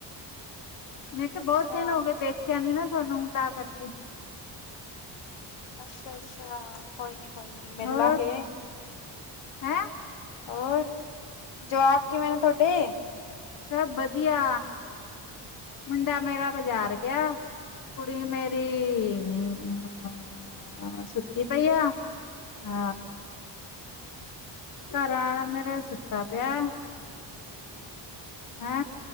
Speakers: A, on the left (about 45°); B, on the left (about 75°).
A: ਮੈਂ ਕਿਹਾ
B: ਅੱਛਾ
A: ਬਹੁਤ ਦਿਨ ਹੋ ਗਏ ਦੇਖਿਆ ਨੀ ਨਾ ਤੁਹਾਨੂੰ ਤਾਂ ਕਰਕੇ
B: ਅੱਛਾ ਅੱਛਾ ਕੋਈ ਨੀ ਕੋਈ ਨੀ ਮਿਲਾਂਗੇ।
A: ਹੋਰ ਹੈਂ।
B: ਹੋਰ, ਜਵਾਕ ਕਿਵੇਂ ਨੇ ਤੁਹਾਡੇ?
A: ਸਭ ਵਧੀਆ ਮੁੰਡਾ ਮੇਰਾ ਬਾਜ਼ਾਰ ਗਿਆ। ਕੁੜੀ ਮੇਰੀ ਹੁ ਅ ਸੁੱਤੀ ਪਈਆ ਆ ਘਰ ਆਲਾ ਮੇਰੇ ਸੁਤਾ ਪਿਆ ਹੈ